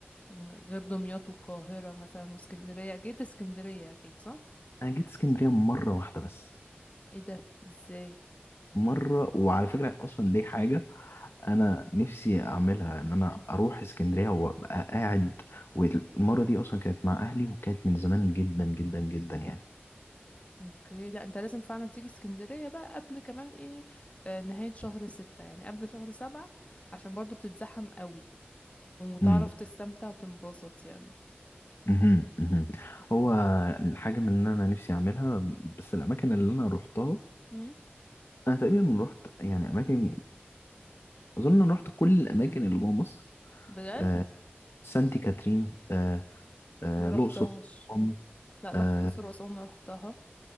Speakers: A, on the left; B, on the left.
A: يعني غير دمياط والقاهرة مثلا واسكندرية اكيد اسكندرية اكيد صح
B: أنا جيت اسكندرية مرة واحدة بس
A: ايه ده ازاي
B: مرة وعلى فكرة أصلا دي حاجة أنا نفسي أعملها إن أنا أروح اسكندرية وأبقى قاعد والمرة دي أصلا كانت مع أهلي وكانت من زمان جدا جدا جدا يعني
A: اوكي لا انت لازم فعلا تيجي اسكندرية بقى قبل كمان ايه آه، نهاية شهر ستة يعني قبل شهر سبعة عشان برضو بتتزحم قوي وتعرف
B: امم
A: تستمتع وتنبسط يعني
B: امم امم هو الحاجة من إن أنا نفسي أعملها بس الأماكن اللي أنا روحتها
A: امم
B: أنا تقريبا روحت يعني أماكن أظن أنا روحت كل الأماكن اللي جوه مصر
A: بجد
B: آه سانتي كاترين آه آه
A: ما رحتهاش
B: الأقصر وأسوان،
A: لا
B: آه
A: رحت الاقصر واسوان رحتها